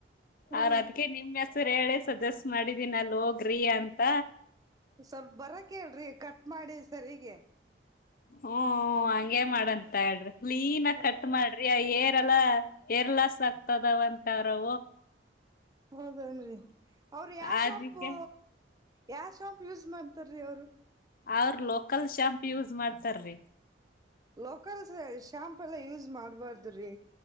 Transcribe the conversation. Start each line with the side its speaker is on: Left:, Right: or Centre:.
Right: ಹಾ
Left: ಅವ್ರ ಅದಕ್ಕೆ ನಿಮೆ <unintelligible> ನಿಮ್ಮಹೆಸರಹೇಳಿ ಸಜೆಸ್ಟ್ ಮಾಡಿದೀನ ಅಲ್ ಹೋಗ್ರಿ ಅಂತ.
Right: ಸ್ವಲ್ಪ ಬರ ಕೇಳ್ರಿ ಕಟ್ ಮಾಡಿ ಸರಿಗೆ.
Left: ಹ್ಮ, ಹಂಗೆ ಮಾಡಂತ ಹೇಳ್ರಿ ಕ್ಲೀನ್ ಆಗ
Right: ಹ್ಮ್
Left: ಕಟ್ ಮಾಡ್ರಿ. ಹೇರೆಲ್ಲಾಹೇರ್ಲಾಸ್ ಆಗ್ತದವಂತವ್ರು.
Right: ಹೌದೇನ್ ರಿ ಅವರು ಯಾವ
Left: ಅದಕ್ಕೆ
Right: ಶಾಂಪು ಯಾವ ಶಾಂಪೂ ಯೂಸ್ ಮಾಡ್ತಾರೀ ಅವರು.
Left: ಅವ್ರ ಲೋಕಲ್ ಶಾಂಪು ಯೂಸ್ ಮಾಡ್ತಾರ್ರೀ.
Right: ಲೋಕಲ್ ಶಾಂಪು ಎಲ್ಲ ಯೂಸ್ ಮಾಡ್ಬಾರ್ದುರೀ